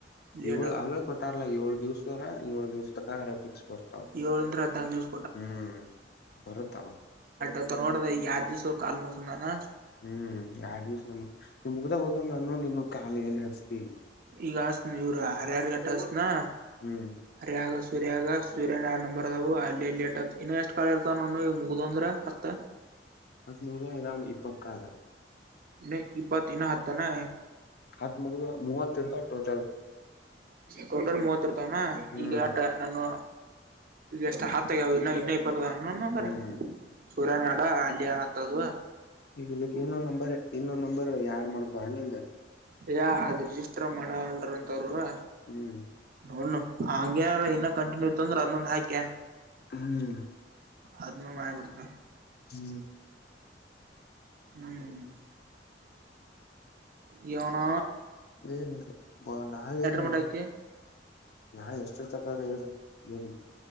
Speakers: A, on the right (about 55°); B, on the left (about 60°).
A: ಲೇಟ್
B: ಏಳ
A: ಆಗ
B: ಅವೇ ಕೊಟ್ಟಾರಲ್ಲ ಏಳು ದಿವ್ಸವರ ಏಳು ದಿವ್ಸ, ಅರಬಿಕ್ಸ್ ಬರ್ತ
A: ಏಳಂದ್ರ ಹದ್ನಾಲ್ಕು ದಿವ್ಸ
B: ಹ್ಮ್ ಬರುತವಾ
A: ಅತ ನೋಡದ ಈ ಯಾರ್ ದಿವಸವ ಕಾಲ್ ಮೋಸದಾನ
B: ಹ್ಮ್ ಆರಡ್ ದಿವ್ಸ ನಮ್ ನಿ್ ಮುಗ್ದ ಹೋದ ನಾನು ನಿಮ ಕಖಾಲಲ್ಲಿ ಹಚ್ತೀ
A: ಈಗ ಅಸನ ಇವ್ರ ಹರಹರ್ಗಟ್ಟಸ್ನಾ
B: ಹ್ಮ್
A: ಹರ್ಯಗ ಸೂರ್ಯಗ ಸೂರ್ಯನ್ ಎರಡ್ ನಂಬರ್ ಅದವು ಅಲ್ಲಿ ಲೇಟ್ ಆತ್ ಇನ್ನು ಎಷ್ಟ್ ಕಾಲ ಇರ್ವ ನ ಈಗ ಮುಗ್ದಂದ್ರ ಹತ್ತ
B: ಹದ ನೂರು ಏನ ಇಪ್ಪತ್ ಕಾಲ್
A: ನ ಇಪ್ಪತ್ ಇನ್ನ ಹ ನ
B: ಹತ್ ಮುಗ ಮೂವತ್ತ ಇಡ್ತಾವ ಟೋಟಲ್,
A: ಟೋಟಲ್ ಮೂವತ್ ಇರ್ತವನಾ
B: ಹ್ಮ್
A: ಈಗ ನಾನು ಇಷ್ಟ ಹತ್ತಾಗ ಯಾವದು ಇನ್ನು ಇನ್ನ ಇಪ್ಪತ ನ ಹಂಗಾರ
B: ಹ್ಮ್
A: ಸೂರ್ಯ ನ ಅಡ ಅಲ್ಲಿ ಹತ್ತದ
B: ಈ ಇಲ್ಲಿ ಇನ್ನೊ್ ನಂಬರ್ ಇನ್ನೊಂದ ನಂಬರ್ ಎಾರ್ಡ್ ಮಾಡ್ಕೋ ಹನಂದ
A: ಯ ಅದ್ ರಿಜಿಸ್ಟರ್ ಮಾಡಲ್ರ ಅಂತ ಅವ್ರರು
B: ಹ್ಮ್
A: ನೋಡ್ ಹಂಗ್ಯಾರ ಇನ್ನ ಕಂಟಿನ್ಯೂ ಇತ್ತ ಅಂದ್ರ ಅದೊಂದ್ ಹಾಕ್ಯ
B: ಹ್ಮ್
A: ಅದ ನ ಮಾಡಯ್ಬಿಡ್ತಿ
B: ಹ್ಮ್
A: ಹ್ಮ್ ಯವನ
B: ಏನ ಬ ನಾಳ ನು
A: ಮಟ ಐತಿ
B: ನಾ ಎಷ್ಟು ಇರ್ತಕ್ಕ ಹೇಳಿ ಏನ್